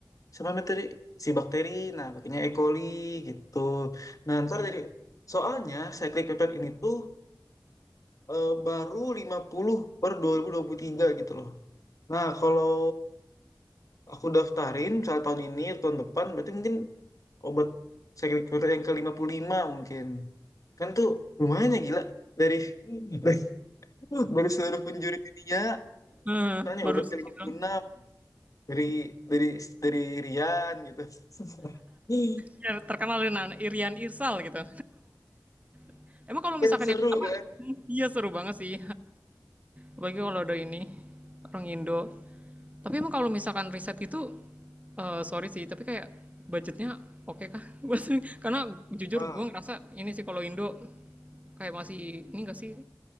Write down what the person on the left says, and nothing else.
sama materi si bakteri. Nah, pakainya E. coli gitu. Nah, ntar jadi soalnya cyclic peptide ini tuh eh, baru 50 per dua dua ribu dua puluh tiga gitu loh. Nah, kalau aku daftarin misalnya tahun ini tahun depan berarti mungkin obat sakit perut yang ke lima puluh lima mungkin. Kan tuh lumayan ya gila. Dari, <laughs> dari, dari seluruh penjuri dunia,
tanya
obat
ke lima puluh enam dari, dari, dari Rian gitu. <laughs>
Kan seru
kan?
Wah,